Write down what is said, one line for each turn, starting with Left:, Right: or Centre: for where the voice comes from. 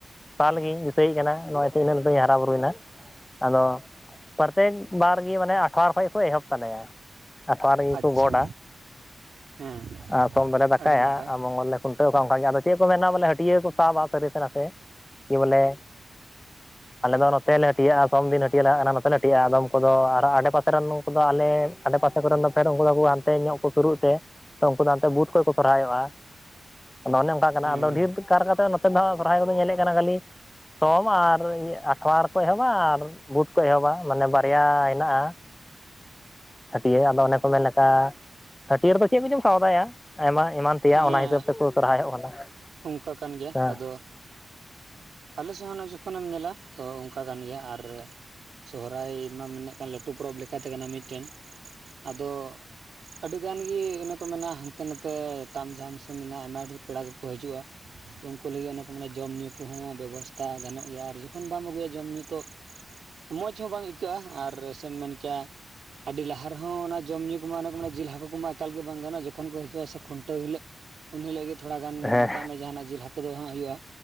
Left: ᱥᱟᱞ ᱜᱤᱧ ᱫᱤᱥᱟᱹᱭᱮᱫ ᱠᱟᱱᱟ ᱱᱚᱜᱼᱚᱭᱛᱚ ᱤᱱᱟᱹ ᱞᱟᱹᱴᱩ ᱫᱚᱧ ᱦᱟᱨᱟ ᱵᱩᱨᱩᱭᱱᱟ, ᱟᱫᱚ ᱯᱨᱚᱛᱮᱠ ᱵᱟᱨ ᱜᱮ ᱢᱟᱱᱮ ᱟᱴᱷᱣᱟᱨᱚ ᱠᱷᱚᱱ ᱠᱚ ᱮᱦᱚᱵ ᱛᱟᱞᱮᱭᱟ᱾ ᱟᱴᱷᱟᱨᱤ ᱨᱮᱜᱮ
Right: ᱟᱪᱪᱷᱟ
Left: ᱠᱚ ᱜᱚᱰᱟ
Right: ᱦᱮᱸ
Left: ᱟᱨ ᱥᱚᱢ ᱫᱚᱞᱮ ᱫᱟᱠᱟᱭᱟ
Right: ᱟᱹᱰᱤ ᱱᱟᱯᱟᱭ
Left: ᱟᱨ ᱢᱚᱝᱜᱚᱞ ᱞᱮ ᱠᱷᱩᱱᱴᱟᱹᱣ ᱠᱟᱣᱟᱼᱟ ᱚᱱᱠᱟᱜ ᱜᱮ ᱟᱫᱚ ᱪᱮᱫ ᱠᱚ ᱢᱮᱱᱟ ᱵᱚᱞᱮ ᱦᱟᱹᱴᱭᱟᱹ ᱠᱚ ᱥᱟᱵᱟ ᱥᱟᱹᱨᱤ ᱥᱮ ᱱᱟᱸᱥᱮ ᱠᱤ ᱵᱚᱞᱮ ᱟᱞᱮ ᱫᱚ ᱱᱚᱛᱮᱞᱮ ᱦᱟᱹᱴᱤᱭᱼᱟ ᱥᱚᱢᱫᱤᱱ ᱦᱟᱹᱴᱭᱟᱜᱼᱟ ᱚᱱᱟ ᱱᱚᱛᱮᱟᱹᱤᱡᱼᱟᱫᱚᱢ ᱠᱚᱫᱚ ᱟᱨ ᱟᱰᱮ ᱯᱟᱥᱮ ᱨᱮᱱ ᱫᱚ ᱟᱞᱮ ᱟᱰᱮᱯᱟᱥᱮ ᱠᱚᱨᱮᱱ ᱫᱚ ᱯᱷᱰ ᱩᱱᱠᱩ ᱫᱚᱠᱚ ᱦᱟᱸᱱᱛᱮ ᱧᱚᱜ ᱠᱚ ᱥᱩᱨᱩᱜ ᱛᱮ ᱛᱚ ᱩᱱᱠᱩ ᱫᱚ ᱦᱟᱱᱛᱮ ᱵᱩᱫ ᱠᱷᱚᱱ ᱠᱚ ᱥᱚᱨᱦᱟᱭᱚᱜᱼᱟ᱾ ᱟᱫᱚ ᱚᱱᱮ ᱚᱱᱠᱟ ᱠᱟᱱᱟ
Right: ᱦᱮᱸ
Left: ᱟᱫᱚ ᱰᱷᱮᱨ ᱠᱟᱨ ᱠᱟᱛᱮ ᱱᱚᱛᱮ ᱫᱚ ᱦᱟᱸᱜ ᱥᱚᱨᱦᱟᱹᱭ ᱠᱚᱫᱚ ᱧᱮᱞᱮᱫ ᱠᱟᱱᱟ ᱠᱷᱟᱹᱞᱤ ᱥᱚᱢ ᱟᱨ ᱟᱴᱷᱣᱟᱨ ᱠᱚ ᱮᱦᱚᱵᱟ ᱟᱨ ᱵᱩᱫᱷ ᱠᱷᱚᱱ ᱮᱦᱚᱵᱟ ᱢᱟᱱᱮ ᱵᱟᱨᱭᱟ ᱦᱮᱸᱱᱟᱜᱼᱟ, ᱦᱟᱹᱴᱭᱟᱹ ᱟᱫᱚ ᱚᱱᱮ ᱠᱚ ᱢᱮᱱ ᱞᱮᱠᱟ ᱦᱟᱹᱴᱭᱟᱹᱨ ᱨᱮᱫᱚ ᱪᱮᱫ ᱠᱚᱪᱚᱢ ᱥᱣᱫᱟᱭᱟ ᱟᱭᱢᱟ ᱮᱢᱟᱱ ᱛᱮᱭᱟᱜ
Right: ᱦᱮᱸ
Left: ᱚᱱᱟ ᱦᱤᱥᱟᱹᱵ ᱛᱮᱠᱚ ᱥᱚᱨᱦᱟᱹᱭᱚᱜ ᱠᱟᱱᱟ᱾
Right: ᱚᱱᱠᱟ ᱠᱟᱱ ᱜᱮᱭᱟ,
Left: ᱦᱮᱸ
Right: ᱟᱫᱚ ᱟᱞᱮ ᱥᱮᱫ ᱦᱚᱸ ᱡᱚᱠᱷᱚᱱᱮᱢ ᱧᱮᱞᱟ ᱛᱚ ᱚᱱᱠᱟ ᱠᱟᱱ ᱜᱮᱭᱟ, ᱟᱨ ᱥᱚᱦᱨᱟᱹᱭ ᱢᱟ ᱢᱮᱱᱮᱫ ᱠᱟᱱ ᱞᱟᱹᱴᱩ ᱯᱚᱨᱚᱵᱽ ᱞᱮᱠᱟᱛᱮ ᱠᱟᱱᱟ ᱢᱤᱫᱴᱮᱱ, ᱟᱫᱚ ᱟᱹᱰᱤ ᱜᱟᱱ ᱜᱤ ᱚᱱᱮ ᱠᱚ ᱢᱮᱱᱟ ᱦᱟᱸᱱᱛᱮ ᱱᱟᱛᱮ ᱛᱟᱢ ᱡᱷᱟᱢ ᱥᱮ ᱢᱮᱱᱟᱜᱼᱟ ᱟᱭᱢᱟ ᱰᱷᱮᱨ ᱯᱮᱲᱟ ᱠᱚ ᱦᱤᱡᱩᱜᱼᱟ᱾ ᱛᱚ ᱩᱱᱠᱩ ᱞᱟᱹᱜᱤᱫ ᱚᱱᱟ ᱠᱚ ᱡᱚᱢ ᱧᱩ ᱠᱚᱦᱚᱸ ᱵᱮᱵᱚᱥᱛᱷᱟ ᱜᱟᱱᱚᱜ ᱜᱮᱭᱟ ᱟᱨ ᱡᱚᱠᱷᱚᱱ ᱵᱟᱢ ᱟᱹᱜᱩᱭᱟ ᱡᱚᱢᱼᱧᱩ ᱛᱚ ᱢᱚᱡᱽ ᱦᱚᱸ ᱵᱟᱝ ᱟᱹᱭᱠᱟᱹᱜᱼᱟ ᱟᱨ ᱥᱮᱢ ᱢᱮᱱ ᱠᱮᱭᱟ ᱟᱹᱰᱤ ᱞᱟᱦᱟ ᱨᱮᱦᱚᱸ ᱚᱱᱟ ᱡᱚᱢᱧᱩ ᱠᱚᱢᱟ ᱚᱱᱟ ᱠᱚᱢᱟ ᱡᱤᱞ ᱦᱟᱹᱠᱩ ᱠᱚᱢᱟ ᱮᱠᱟᱞ ᱜᱮ ᱵᱟᱝ ᱜᱟᱱᱼᱟ ᱡᱚᱠᱷᱚᱱ ᱠᱚ ᱦᱤᱡᱩᱜᱼᱟ ᱥᱮ ᱠᱷᱩᱱᱴᱟᱹᱣ ᱦᱤᱞᱳᱜ ᱩᱱ ᱦᱤᱞᱳ ᱜᱮ ᱛᱷᱚᱲᱟ ᱜᱟᱱ
Left: ᱦᱮᱸ
Right: ᱢᱮᱛᱟᱜ ᱢᱮ ᱡᱟᱦᱟᱸᱱᱟᱜ ᱡᱤᱞ ᱦᱟᱹᱠᱩ ᱫᱚ ᱦᱟᱸᱜ ᱦᱩᱭᱩᱜᱼᱟ᱾